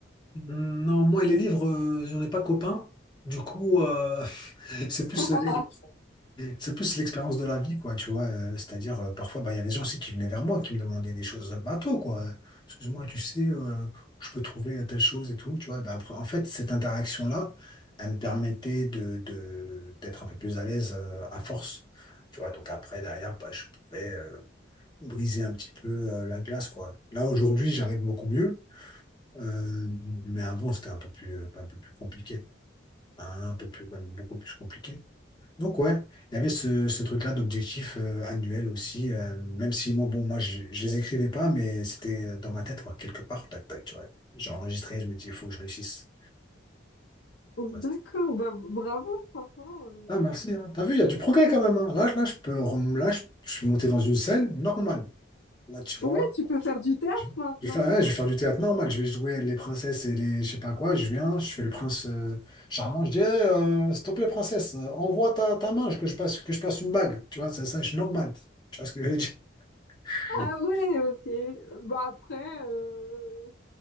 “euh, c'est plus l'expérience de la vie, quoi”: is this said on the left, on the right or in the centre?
Left